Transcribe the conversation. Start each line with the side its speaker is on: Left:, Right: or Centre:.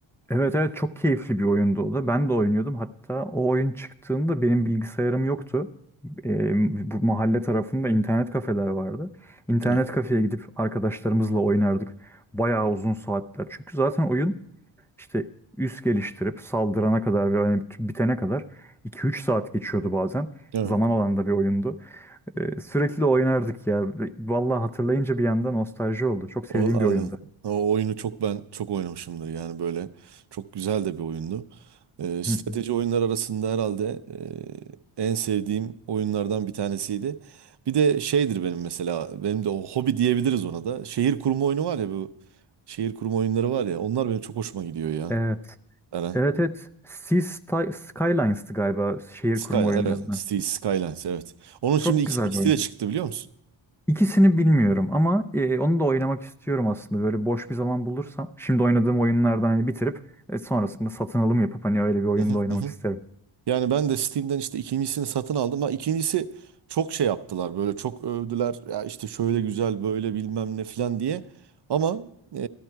Centre: Evet evet çok keyifli bir oyundu o da. Ben de oynuyordum. Hatta o oyun çıktığında benim bilgisayarım yoktu. Ee, bu mahalle tarafında internet kafeler vardı. İnternet
Right: Evet.
Centre: kafeye gidip arkadaşlarımızla oynardık. Bayağı uzun saatler. Çünkü zaten oyun işte üs geliştirip saldırana kadar ve hani bitene kadar iki üç saat geçiyordu bazen.
Right: Evet.
Centre: Zaman alan da bir oyundu. Ee, sürekli oynardık ya. Vallahi hatırlayınca bir anda nostalji oldu. Çok sevdiğim
Right: O
Centre: bir
Right: aynen.
Centre: oyundu.
Right: O oyunu çok ben çok oynamışımdır yani böyle çok güzel de bir oyundu. Ee, strateji
Centre: <laughs>
Right: oyunlar arasında herhalde e, en sevdiğim oyunlardan bir tanesiydi. Bir de şeydir benim mesela benim de o hobi diyebiliriz ona da. Şehir kurma oyunu var ya bu şehir kurma oyunları var ya onlar benim çok hoşuma gidiyor ya.
Centre: Evet.
Right: Eren.
Centre: Evet evet. Sea Sky- Skylines'tı galiba şehir
Right: Skyline
Centre: kurma oyunlarını.
Right: evet. Cities Skylines evet. Onun
Centre: Çok
Right: şimdi ik-
Centre: güzel
Right: ikisi
Centre: bir oyun.
Right: de çıktı biliyor musun?
Centre: İkisini bilmiyorum ama e, onu da oynamak istiyorum aslında. Böyle boş bir zaman bulursam. Şimdi oynadığım oyunlardan hani bitirip e, sonrasında satın alım yapıp hani öyle bir oyunda
Right: Hı hı
Centre: oynamak
Right: hı. hı.
Centre: isterim.
Right: Yani ben de Steam'den işte ikincisini satın aldım. Ha ikincisi çok şey yaptılar böyle çok övdüler. Ya işte şöyle güzel böyle bilmem ne falan diye. Ama e,